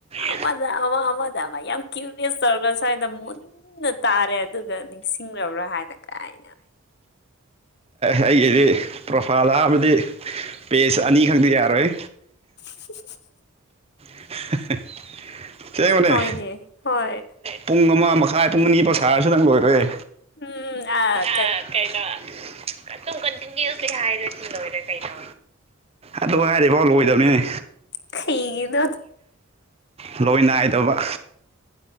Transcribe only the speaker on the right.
ꯎꯝ
ꯑꯩꯒꯤꯗꯤ ꯄ꯭ꯔꯣꯐꯥꯏꯜ ꯍꯥꯞꯄꯗꯤ ꯄꯦꯖ ꯑꯅꯤ ꯈꯛ ꯌꯥꯔꯣꯏ
<unintelligible> ꯆꯦꯡꯕꯅꯦ
ꯄꯨꯡ ꯑꯃ ꯃꯈꯥꯏ ꯄꯨꯡ ꯑꯅꯤ ꯄꯥꯎ ꯁꯥꯔꯁꯨ ꯅꯪ ꯂꯣꯏꯔꯣꯏꯌꯦ
ꯎꯝ ꯀꯩꯅꯣ ꯑꯗꯨꯝ ꯀꯟꯇꯤꯅꯤꯌꯨꯁꯦ ꯍꯥꯏꯔꯗꯤ ꯂꯣꯏꯔꯦ ꯀꯩꯅꯣ ꯑꯗꯨ ꯍꯥꯏꯗꯤꯐꯥꯎ ꯂꯣꯏꯗꯕꯅꯤꯅꯦ
ꯂꯣꯏ ꯅꯥꯏꯗꯕ